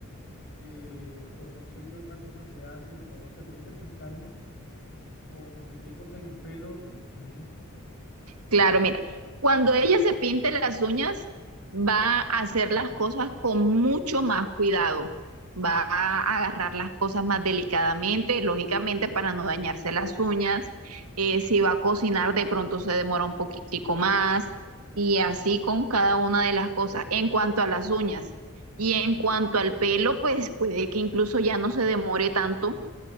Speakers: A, on the left (about 50°); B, on the right (about 85°).
A: eh, o no sé qué otra cosa se hacen, o te pusiste pestañas o no sé qué cosa en el pelo, yo no sé.
B: Claro, mira, cuando ella se pinte las uñas, va a hacer las cosas con mucho más cuidado. Va a agarrar las cosas más delicadamente, lógicamente para no dañarse las uñas. Eh, si va a cocinar, de pronto se demora un poquitico más y así con cada una de las cosas. En cuanto a las uñas y en cuanto al pelo, pues puede que incluso ya no se demore tanto